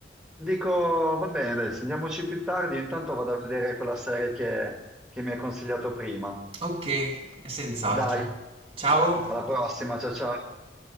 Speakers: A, in the centre; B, on the right.
A: dico, va bene, dai, sentiamoci più tardi, io intanto vado a vedere quella serie che che mi hai consigliato prima.
B: Ok, senz'altro.
A: Dai,
B: Ciao.
A: alla prossima, ciao ciao.